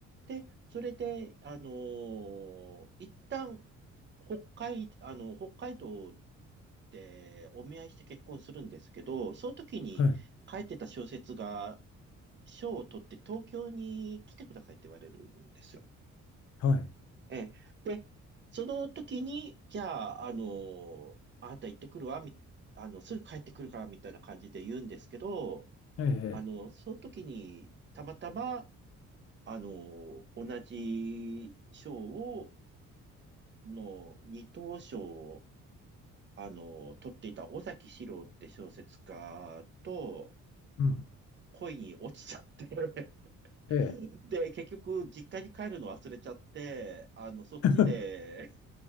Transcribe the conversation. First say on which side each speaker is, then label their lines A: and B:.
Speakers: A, on the right; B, on the left.
A: で、それで、あのー一旦、北海、あの、北海道でお見合いして結婚するんですけど、その時に書いてた小説が、
B: はい。
A: 賞を取って東京に来てくださいって言われるんですよ。
B: はい。
A: ええ。で、その時に、じゃあ、あのあなた行ってくるわ、み、あの、すぐ帰ってくるから、みたいな感じで言うんですけど、
B: ええ。
A: あの、その時に、たまたま、あの同じ賞を、の二等賞を、あの、取っていた尾崎史郎って小説家と
B: うん。
A: 恋に落ちちゃって <laughs>
B: ええ。
A: で、結局実家に帰るの忘れちゃって、あの、そっちで
B: <laughs>